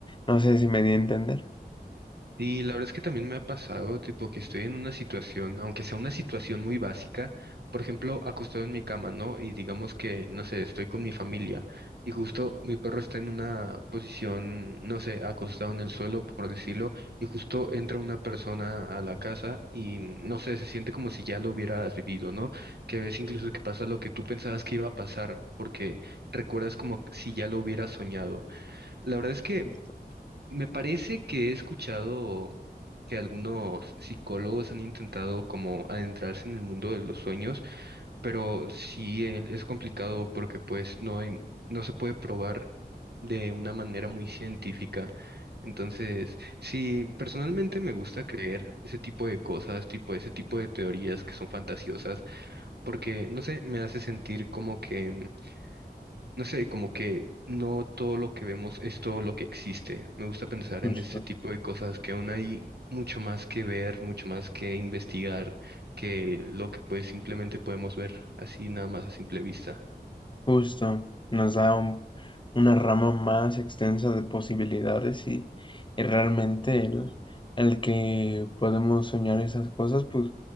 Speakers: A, on the left (about 30°); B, on the right (about 70°).
A: No sé si me di a entender.
B: Y la verdad es que también me ha pasado, tipo, que estoy en una situación, aunque sea una situación muy básica, por ejemplo, acostado en mi cama, ¿no? Y digamos que, no sé, estoy con mi familia y justo mi perro está en una posición, no sé, acostado en el suelo, por decirlo, y justo entra una persona a la casa y, no sé, se siente como si ya lo hubieras vivido, ¿no? Que ves incluso que pasa lo que tú pensabas que iba a pasar, porque recuerdas como si ya lo hubieras soñado. La verdad es que...
A: Justo.
B: Me parece que he escuchado que algunos psicólogos han intentado como adentrarse en el mundo de los sueños, pero sí eh, es complicado porque pues no hay, no se puede probar de una manera muy científica. Entonces, sí, personalmente me gusta creer ese tipo de cosas, tipo ese tipo de teorías que son fantasiosas, porque no sé, me hace sentir como que no sé, como que no todo lo que vemos es todo lo que existe. Me gusta pensar
A: Justo.
B: en este tipo de cosas que aún hay mucho más que ver, mucho más que investigar, que lo que pues simplemente podemos ver así nada más a simple vista.
A: Justo, nos da un- una rama más extensa de posibilidades y, y realmente el, el que podemos soñar esas cosas, pues